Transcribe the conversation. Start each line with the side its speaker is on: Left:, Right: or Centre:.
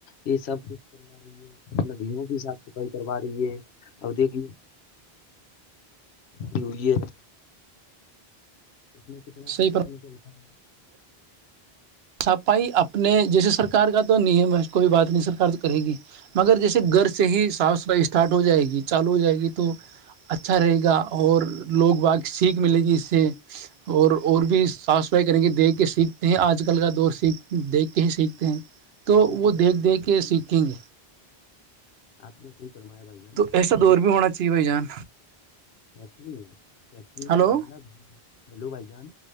Left: یہ سب کچھ ندیوں کی صاف صفائی کروا رہی ہے اور دیکھ کیئی <inaudible> اس میں کتنا
Right: صحیح
Left: کچرا
Right: پر
Left: نکلتا ہے
Right: سپائی اپنے جیسے سرک ار کا تو نہیں ہے ب کوئی بات نہیں سرار تو کرے گی مگر جیسے گھر سے ہی صاف سفائی اسٹارٹ ہو جائے گی چالو ہو جائے گی تو اچھا رہے گا اور لوگ باقی سیکھ ملے گی اس سے اور اور بھی صاف صفائی کریں گے دیکھ کے سیکھتے ہیں آج ل کا دوست سھ دیکھ کے ہی سیکھتے ہیں تو
Left: اب
Right: وہ
Left: لی بھائی
Right: دیکھ دیکھ کے سیکھیں گے
Left: آپ نے صحی فرمایا بھائی جان
Right: تو ایسا
Left: اب
Right: دور بھی ہونا چاہیے بھائی جان
Left: <inaudible> فری فیکٹری
Right: ہلو
Left: سے گلہ ہیلو بھائی جان